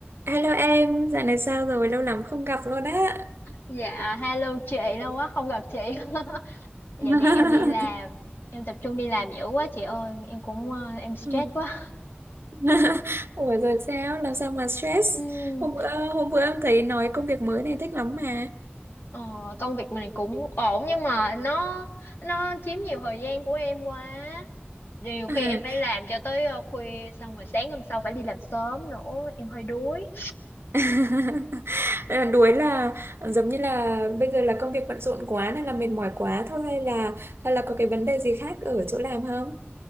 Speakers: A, on the right (about 70°); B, on the left (about 65°).
A: Hello em, dạo này sao rồi? Lâu lắm không gặp
B: Ừ.
A: luôn á.
B: Dạ, hello chị, lâu quá không gặp chị. <laughs> Dạo
A: <laughs>
B: này em đi làm, em tập trung đi làm dữ quá chị ơi, em cũng ờ, em stress
A: Ừ.
B: quá.
A: <laughs> Ủa rồi sao? Làm sao mà stress?
B: Ừm,
A: Hôm bữa hôm bữa em thấy nói công việc mới này thích lắm mà.
B: ờ, công việc mình cũng ổn nhưng mà nó nó chiếm nhiều thời gian của em quá. Nhiều khi
A: À.
B: em phải làm cho tới ờ, khuya xong rồi sáng hôm sau phải đi làm sớm nữa, em hơi đuối.
A: <laughs> À, Đuối là giống như là bây giờ là công việc bận rộn quá nên là mệt mỏi quá thôi hay là hay là có cái vấn đề gì khác ở chỗ làm không?